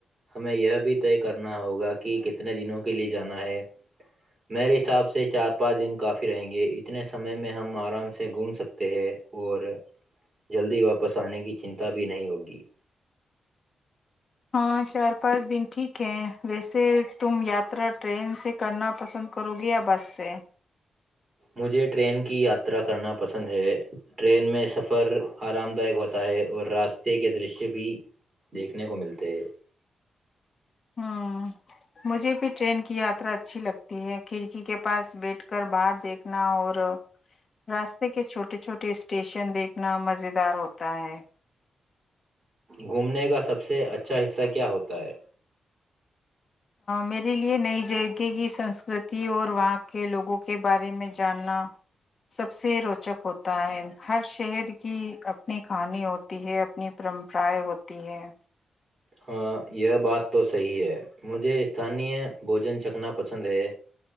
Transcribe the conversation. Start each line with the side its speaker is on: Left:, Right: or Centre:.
Right: ہمیں یہ بھی طے کرنا ہوگا کہ کتنے دنوں کے لیے جانا ہے میرے حساب سے چار پانچ دن کافی رہیں گے اتنے سمے میں ہم آرام سے گھوم سکتے ہیں اور جلدی واپس آنے کی چنتا بھی نہیں ہوگی
Left: ہاں چار پانچ دن ٹھیک ہیں ویسے تم یاترا ٹرین سے کرنا پسند کرو گے یا بس سے
Right: مجھے ٹرین کی یاترا کرنا پسند ہے ٹرین میں سفر آرام دائیک ہوتا ہے اور راستے کے درشیہ بھی دیکھنے کو ملتے ہیں
Left: ہ مجھے بھی ٹرین کی یاترا اچھی لگتی ہے کھڑکی کے پاس بیٹھ کر باہر دیکھنا اور راستے کے چھوٹے چھوٹے اسٹیشن دیکھنا مز دار ہوتا ہے
Right: گھومنے کا سب سے اچھا حصہ کیا ہوتا ہے
Left: میرے لیے نئی جگہ کی سنسکرتی اور وہاں کے لوگوں کے بارے میں جاننا سب سے روچک ہوتا ہے ہر شہر کی اپنی کہانی ہوتی ہے اپنی پرمپرائیں ہوتی ہے
Right: ہاں یہ بات تو صحیح ہے مجھے اسھانییہ بوجن چکھنا پسند ہے